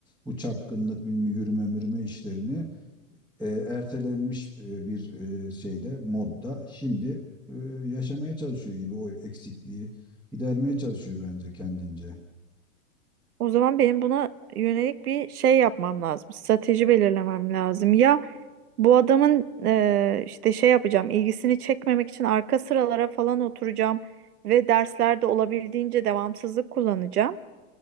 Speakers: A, in the centre; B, on the right.
A: bu çapkınlık, bilmem yürüme mürüme işlerini e, ertelenmiş e, bir e, şeyde, modda şimdi e, yaşamaya çalışıyor gibi o eksikliği gidermeye çalışıyor bence kendince.
B: O zaman benim buna yönelik bir şey yapmam lazım. Strateji belirlemem lazım. Ya bu adamın eee, işte şey yapacağım, ilgisini çekmemek için arka sıralara falan oturacağım ve derslerde olabildiğince devamsızlık kullanacağım.